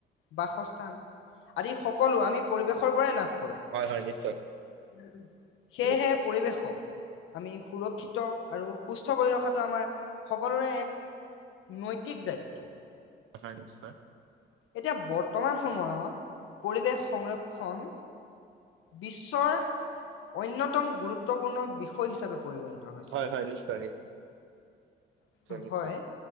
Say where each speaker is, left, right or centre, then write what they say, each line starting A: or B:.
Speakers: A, on the left (about 85°); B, on the right (about 85°).
A: বাসস্থান, আদি সকলো আমি পৰিৱেশৰ, পৰাই লাভ কৰোঁ। <unintelligible>
B: হয় হয় নিশ্চয়
A: সেয়েহে
B: নিশ্চয়
A: পৰিৱেশক, আমি সুৰক্ষিত, আৰু সুস্থ, কৰি ৰখাটো আমাৰ সকলোৰে এক নৈত তিক দায়িত্ব।
B: হয় নিশ্চয়-
A: এতিয়া বৰ্তমান সময়ত পৰিৱেশ সংৰক্ষ খন বিশ্বৰ অন্যতম গুৰুত্ব গুৰুত্বপূৰ্ণ বিষয় হিচাপে পৰিগণিত হৈছে।
B: হয় হয় নিশ্চয় নিশ্চয় নিশ্চয়
A: হয়